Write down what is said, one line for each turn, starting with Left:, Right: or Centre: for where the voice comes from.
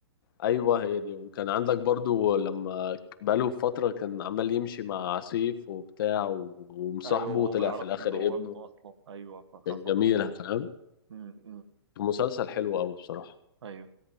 Left: ايوه هي دي وكان عندك برضو لما بقاله فتره كان عمال يمشي مع سيف وبتاع و- ومصاحبه
Right: ايوه وهو
Left: وطلع
Right: ما يعرفش
Left: في الاخر
Right: ان هو
Left: ابنه
Right: ابنه اصلا ايوه فحصل
Left: كان جميله فاهم
Right: امم إمم.
Left: المسلسل حلو قوي بصراحه
Right: ايوه